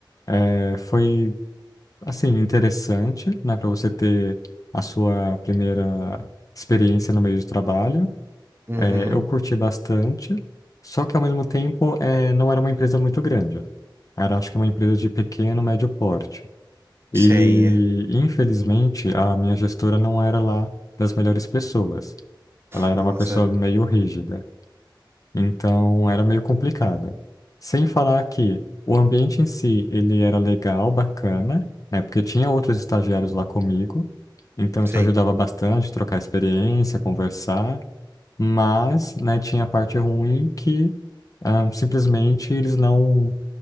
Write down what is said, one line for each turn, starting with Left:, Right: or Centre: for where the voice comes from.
Left: É, foi, assim, interessante, né, para você ter a sua primeira experiência no meio de trabalho,
Right: Uhum.
Left: é, eu curti bastante, só que ao mesmo tempo é, não era uma empresa muito grande. Era, acho que, uma empresa de pequeno, médio porte. E,
Right: Sei, é.
Left: infelizmente, a minha gestora não era lá das melhores pessoas. Ela era
Right: Nossa,
Left: uma pessoa meio rígida, então era meio complicado. Sem falar que o ambiente em si, ele era legal, bacana, né? Porque tinha outros estagiários lá comigo, então isso
Right: sim.
Left: ajudava bastante, trocar experiência, conversar. Mas, né, tinha a parte ruim que ah, simplesmente eles não